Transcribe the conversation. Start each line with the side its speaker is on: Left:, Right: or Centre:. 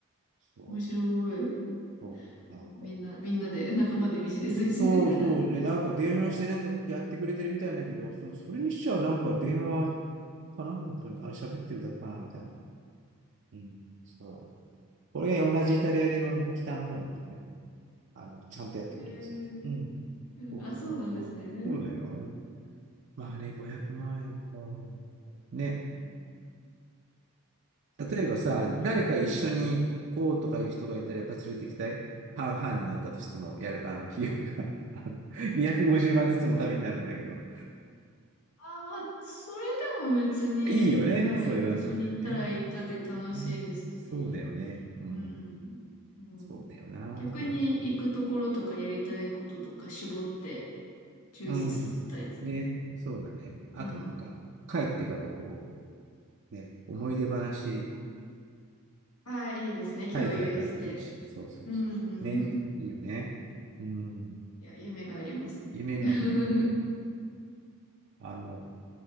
Right: そう、
Left: 面白い。
Right: そう、なんか。
Left: みんな、みんなで、<laughs> 仲間でビジネスしてる。
Right: そうそう。で、なんか電話してなんかやってくれてるみたいだけど、そそれにしちゃなんか電話
Left: <laughs>
Right: かな本当に。あれ喋ってるだけかなみたいな。うん。そう。これが同じイタリアでの北の方に行くとね、あの、ちゃんとやってくれますよ。
Left: ええ、
Right: うん。
Left: うん、
Right: そうそうそう。
Left: あ、そうなんですね。う
Right: そうだよ。まああれ500万円か。ね。
Left: ん
Right: 例えばさ、
Left: ね、あったら。
Right: 誰か一緒に行こうとかいう人がいたらやっぱ連れてきたい半々になったとしても、
Left: うん
Right: やる、あの、費用が <laughs> あの250万ずつの旅になるんだけど。
Left: あ、あ、まあ、それでも別に、
Right: いいよね。
Left: はい、
Right: それはそれでね。
Left: 一緒に行ったら行ったで楽しいですし、
Right: ね。そうだよね。うん。
Left: うん。うん。
Right: そうだよな。
Left: 逆に行くところとかやりたいこととか絞って
Right: でも。
Left: 充実させたいですね。
Right: うん。ね。そうだね。あとなんか、
Left: うん。
Right: 帰ってからこう、ね、思い出話
Left: ああ、いいですね。共有して。
Right: 大会ができるし。そうそうそう。
Left: うんうんうん。
Right: ね。いいよね。うん。
Left: いや、夢がありますね。
Right: 夢があるね。
Left: <laughs>
Right: あの、